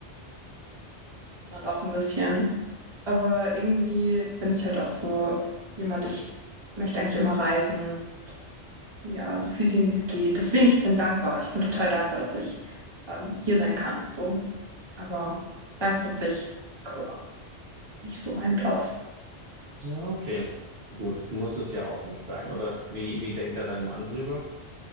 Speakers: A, on the right; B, on the right.
A: und auch ein bisschen. Aber irgendwie bin ich halt auch so jemand, ich möchte eigentlich immer reisen. Ja, so viel sehen, wie es geht. Deswegen, ich bin dankbar. Ich bin total dankbar, dass ich ähm, hier sein kann. So. Aber langfristig ist Colorado nicht so mein Platz.
B: Ja, okay. Gut, muss es ja auch nicht sein, oder? Wie, wie denkt da dein Mann drüber?